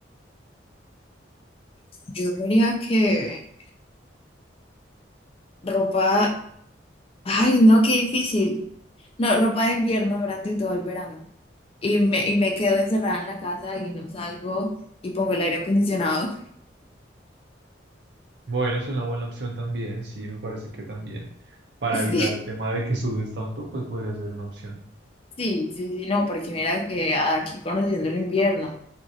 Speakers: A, on the left; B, on the right.
A: yo diría que ropa, ay, no, qué difícil. No, ropa de invierno durante todo el verano. Y me, y me quedo encerrada en la casa y no salgo y pongo el aire acondicionado.
B: Bueno, es una buena opción también, sí, me parece que también. Para
A: <laughs> Sí.
B: evitar el tema de que sudes tanto, pues podría ser una opción.
A: Sí, sí, sí, no, porque mira que aquí conociendo el invierno